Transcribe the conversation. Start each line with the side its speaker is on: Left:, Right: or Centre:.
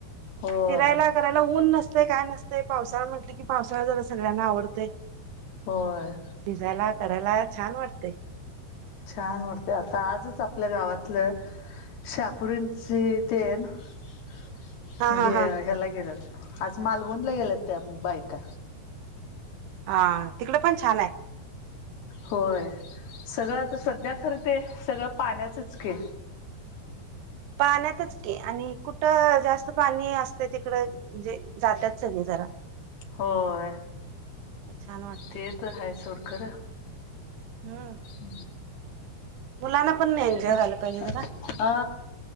Left: होय
Right: फिरायला करायला ऊन नसते, काय नसते, पावसाळा म्हटले की, पावसाळा जरा सगळ्यांना आवडतय.
Left: होय,
Right: भिजायला, करायला छान वाटतंय.
Left: छान वाटतंय, आता आजच आपल्या गावातलं <unintelligible>
Right: हा हा
Left: गे
Right: हा
Left: ह्याला गेल्यात, आज मालवणला गेल्यात त्या बायका.
Right: हा तिकडे पण छान आहे.
Left: होय, सगळं तर सध्या खरं ते सगळं पाण्याचच की.
Right: पाण्यातच की, आणि कुठं जास्त पाणी असत तिकड म्हणजे जातात. सगळी जरा
Left: होय,
Right: छान वाटते
Left: ते
Right: मग
Left: तर हाय, सोड खरं.
Right: हम्म
Left: <inaudible>
Right: मुलांना पण नाही. एन्जॉय
Left: आणि
Right: झाला पाहिजे जरा,
Left: अ